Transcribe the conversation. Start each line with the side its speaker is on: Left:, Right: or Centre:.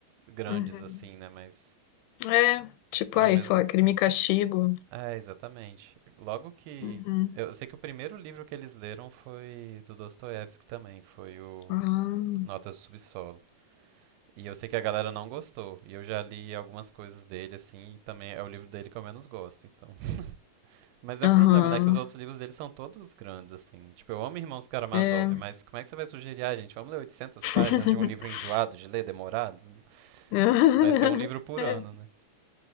Right: grandes,
Left: Uhum.
Right: assim, né? Mas
Left: É, tipo,
Right: ao
Left: aí,
Right: mesmo
Left: sei lá, crime
Right: tempo.
Left: e castigo.
Right: É, exatamente. Logo que.
Left: Uhum.
Right: Eu sei que o primeiro livro que eles leram foi do Dostoiévski também, foi o
Left: Ah,
Right: Notas do Subsolo. E eu sei que a galera não gostou, e eu já li algumas coisas dele, assim, e também é o livro dele que eu menos gosto, então. <laughs> Mas é
Left: aham.
Right: o problema, né? Que os outros livros dele são todos grandes, assim. Tipo, eu amo Irmãos Karamazov,
Left: É.
Right: mas como é que você vai sugerir, ah, gente, vamos ler 800
Left: <laughs>
Right: páginas de um livro enjoado de ler, demorado?
Left: <laughs>
Right: Vai ser um livro por ano, né?